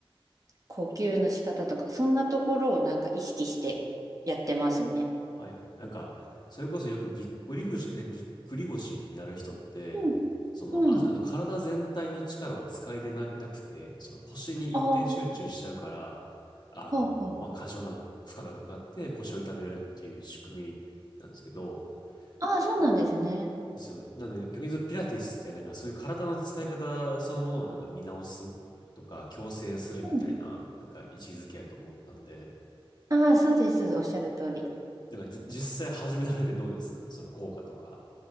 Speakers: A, on the right (about 35°); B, on the left (about 50°).
A: 呼吸の仕方とか、そんなところをなんか意識してやってますね。
B: はい。なんか、それこそよくぎっくり腰、えぎっくり腰になる人って、
A: うん、
B: その、
A: うん。
B: あ、あの体全体の力を使えてな、なくて、その腰に一点集中しちゃうから、
A: ああ、
B: あの、
A: ほうほう。
B: まあ、過剰な負荷がかかって腰を痛めるっていう仕組みなんですけど、
A: ああ、そうなんですね。
B: はいですよね。なんで、逆に言うとピラティスってなんかそういう体の使い方そのものをなんか見直すとか、矯正するみたいな、
A: うん、
B: なんか位置づけやと思ったんで、
A: ああ、そうです、そうです。おっしゃる通り。
B: なんかじ実際始められてどうですその効果とか。